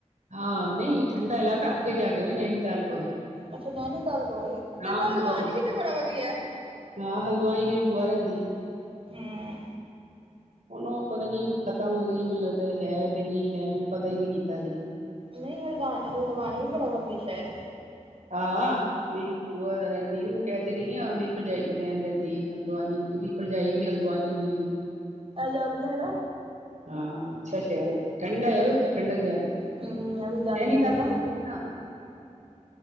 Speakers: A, on the right; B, on the right.
A: ਹਾਂ ਨਹੀ ਠੰਡਾ ਇਲਾਕਾ ਅੱਗੇ ਜਾ ਕੇ ਵੇ ਨੈਨੀਤਾਲ ਕੋਲ।
B: ਅੱਛਾ ਨੈਨੀਤਾਲ ਕੋਲੇ ਏ ਤੇ
A: ਰਾਮਨਗਰ
B: ਹਲਦਵਾਨੀ
A: ਵਿੱਚ
B: ਵੀ ਤੇ ਬੜਾ ਵਧੀਆ।
A: ਹਾਂ ਹਲਦਆਈ ਮੇਰੀ ਭੂਆ ਰਹਿੰਦੀ ਐ।
B: ਹਾਂ
A: ਹੁਨ ਉਹ ਪਤਾ ਨੀ ਖਤਮ ਹੋ ਗਈ ਮੈਨੂੰ ਲੱਗਦਾ ਹੈ ਕਿ ਨਹੀਂ ਹੈ ਪਤਾ ਹੀ ਨੀ ਕੀਤਾ ਅਜੇ ਤੱਕ।
B: ਨਹੀ ਹਲਦਾਂ ਹਲਦਵਾਨੀ ਵੀ ਬੜਾ ਵਧੀਆ ਸ਼ਹਿਰ ਏ।
A: ਹਾਂ ਮੇਰੀ ਭੂਆ ਰਹਿੰਦੀ ਮੈਂ ਕਹਿ ਤੇ ਰਹੀ ਹਾਂ ਮੇਰੀ ਭਰਜਾਈ ਦੀ ਭੈਣ ਰਹਿੰਦੀ ਹਲਦਵਾਨੀ ਉਹਦੀ ਭਰਜਾਈ ਵੀ ਹਲਦਵਾਨੀ ਦੀ।
B: ਏ ਜਾਂਦਾ ਨਾ
A: ਹਾਂ ਅੱਛਾ ਸ਼ਹਿਰ ਠੰਡਾ ਹੈ ਓਥੇ ਠੰਡਕ ਜਾਦਾ ਏ
B: ਹਮ ਇਹ ਵੀ ਜਾਂਦੇ
A: ਨੈਨੀਤਾਲ
B: ਨੇ ਨਾ
A: ਨਾ